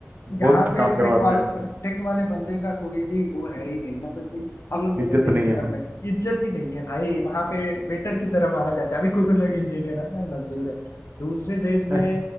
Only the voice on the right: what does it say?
बहुत
काम
करवाते
हैं
इज्जत
नहीं
है
<laughs>